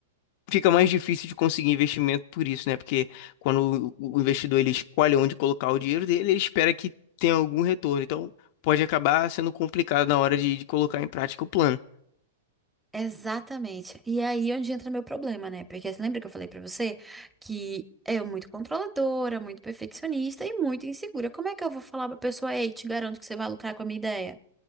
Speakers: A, on the left; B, in the centre.
A: fica mais difícil de conseguir investimento por isso, né? Porque quando o o investidor ele escolhe onde colocar o dinheiro dele, ele espera que tenha algum retorno. Então, pode acabar sendo complicado na hora de, de colocar em prática o plano.
B: Exatamente. E é aí é onde entra meu problema, né? Porque você lembra que eu falei pra você que é muito controladora, muito perfeccionista e muito insegura. Como é que eu vou falar pra pessoa, ei, te garanto que você vai lucrar com a minha ideia?